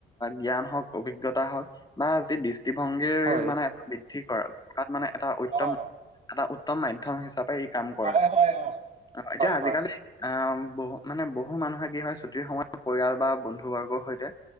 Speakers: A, on the left; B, on the right.
A: জ্ঞান হওক অভিজ্ঞতা হওক বা যি দৃষ্টিভংগীৰ
B: হয়,
A: মানে- কৰা তাত মানে এটা উত্তম
B: অ',
A: এটা উত্তম মাধম্য হিচাপে ই কাম কৰে।
B: হয়, হয়, অ',
A: অ এতিয়া
B: হয়,
A: আজিকালি-
B: হয়,
A: আহ বহু মানে বহু মানুহে কি হয় ছুটিৰ সময়ত পৰিয়াল বা বন্ধু বৰ্গৰ সৈতে-